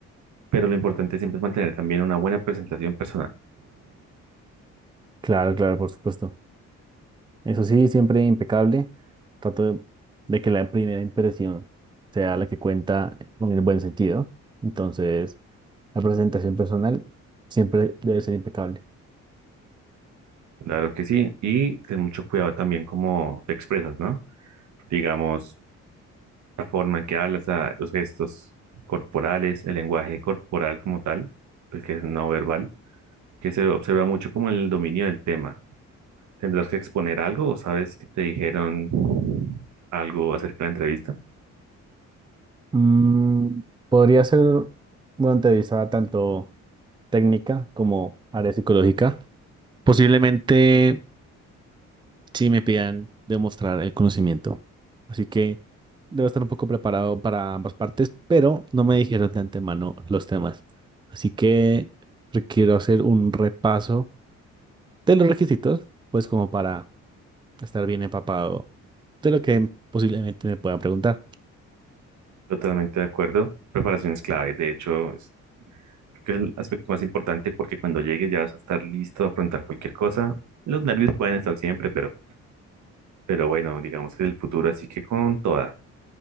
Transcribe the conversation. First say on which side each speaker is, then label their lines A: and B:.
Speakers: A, on the right (about 70°); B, on the right (about 15°).
A: Pero lo importante siempre es mantener también una buena presentación personal.
B: Claro, claro, por supuesto. Eso sí, siempre impecable. Trato de de que la primera impresión sea la que cuenta en el buen sentido. Entonces, la presentación personal siempre debe ser impecable.
A: Claro que sí. Y ten mucho cuidado también cómo te expresas, ¿no? Digamos, la forma en que hablas, a- los gestos corporales, el lenguaje corporal como tal, el que es no verbal, que se observa mucho como el dominio del tema. ¿Tendrás que exponer algo o sabes que te dijeron algo acerca de la entrevista?
B: Mm, podría ser una entrevista tanto técnica como área psicológica. Posiblemente sí me pidan demostrar el conocimiento. Así que debo estar un poco preparado para ambas partes, pero no me dijeron de antemano los temas. Así que requiero hacer un repaso de los requisitos, pues como para estar bien empapado de lo que posiblemente me puedan preguntar.
A: Totalmente de acuerdo. Preparación es clave. De hecho, es que es el aspecto más importante porque cuando llegues ya vas a estar listo a afrontar cualquier cosa. Los nervios pueden estar siempre, pero, pero bueno, digamos que es el futuro, así que con toda.